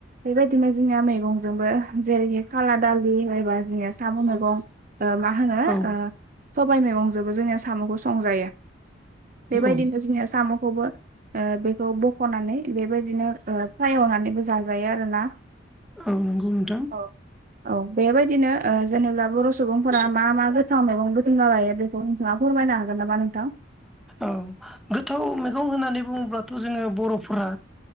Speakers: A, on the right; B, in the centre.
A: बेबायदिनो जोंनिया मैगंजोंबो जेरैहाय खाला दालि एबा जोंनिया साम' मैगं मा होनो
B: औ
A: सबाइ मैगंजोंबो जोंनिया साम'खौ संजायो बेबायदिनो
B: औ
A: जोंनिया साम'खौबो बेखौ बख'नानै बेबायदिनो फ्राय एवनानैबो जाजायो आरोना।
B: औ नंगौ नोंथां।
A: औ औ बेबायदिनो। जेनेबा बर' सुबुंफोरा मा मा गोथाव मैगं बुथुमना लायो बेखौ नोंथाङा फोरमायनो हागोन नामा नोंथां।
B: औ गोथाव मैगं होननानै बुङोब्लाथ' जोङो बर'फोरा।